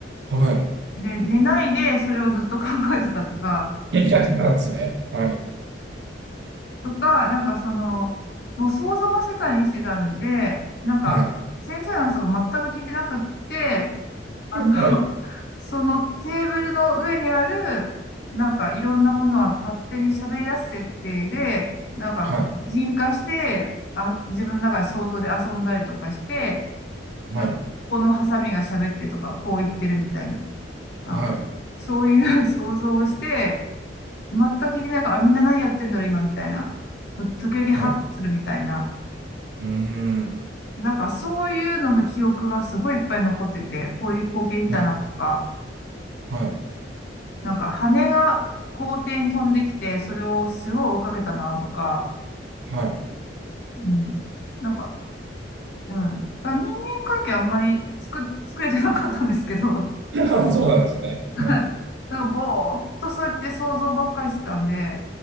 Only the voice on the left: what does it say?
で、寝ないでそれをずっと考えてたとか、
とか、なんかその、もう想像の世界に生きてたんで、なんか、
先生の話とか全く聞いてなくって、あの、<laughs>
そのテーブルの上にある、なんかいろんなものは勝手に喋り出す設定で、なんかこう擬人化して、
あ、自分の中で想像で遊んだりとかして、
なんか、このハサミが喋ってとか、こう言ってるみたいな、なんか、
そういう <laughs> 想像をして、全く聞いてないから、あみんな何やってんだろう、今、みたいな。時々ハッとするみたいな。
なんか、そういうのの記憶がすごいいっぱい残ってて、こういう光景見たなとか、
なんか、羽が校庭に飛んできて、それをすごい追いかけたなとか、
うん。なんか、うん。だから人間関係あんまり作、作れてなかったんですけど、
はい。
なんか、ぼーっとそうやって想像ばっかりしてたんで、